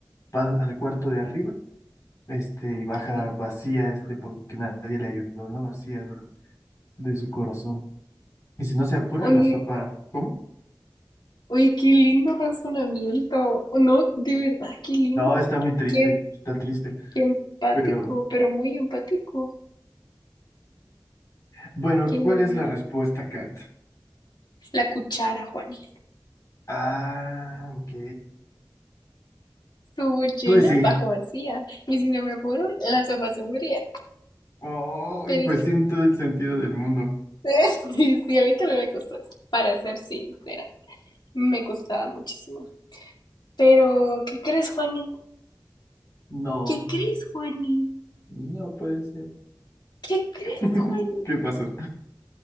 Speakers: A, on the left (about 45°); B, on the left (about 75°).
A: pa- al cuarto de arriba. Este,
B: ok.
A: y baja vacía, este, porque nadie le ayudó, ¿no? Vacía de, de su corazón. Y si no se apura
B: Oye,
A: la sopa, ¿cómo?
B: oye, qué lindo razonamiento. No, de verdad, qué lindo.
A: No, está muy triste,
B: Qué
A: está triste.
B: Qué empático,
A: Pero,
B: pero muy empático.
A: bueno,
B: Qué
A: ¿cuál
B: lindo.
A: es la respuesta, Kat?
B: La cuchara, Juani.
A: Ah, ok.
B: Subo llena,
A: Pues sí.
B: bajo vacía. Y si no me apuro, la sopa se enfría.
A: Oh,
B: Te dije.
A: pues tiene todo el sentido del mundo.
B: <laughs> Sí, sí, a mí también me costó eso. Para ser sincera, me costaba muchísimo. Pero, ¿qué crees, Juani?
A: No,
B: ¿Qué crees, Juani?
A: no puede ser.
B: ¿Qué crees,
A: <laughs>
B: Juani?
A: ¿Qué pasó?